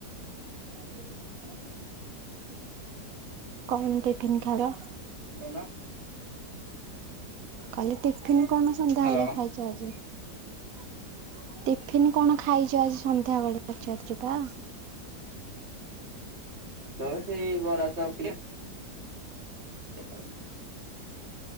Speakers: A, on the right; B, on the right.
A: <unintelligible> କଣ ଟିଫିନି ଖାଉଚ?
B: <unintelligible>
A: କଲି ଟିଫିନି କଣ ସନ୍ଧ୍ୟା
B: ହ୍ୟାଲୋ
A: ବେଳେ ଖାଇ <unintelligible> ଟିଫିନ କଣ ଖାଇଚ ଆଜି ସନ୍ଧ୍ୟା ବେଳେ ପଚାରୁଚି ପା।
B: ତ ସେ ବରା ଚପ ଟିକେ। ହାଲେ?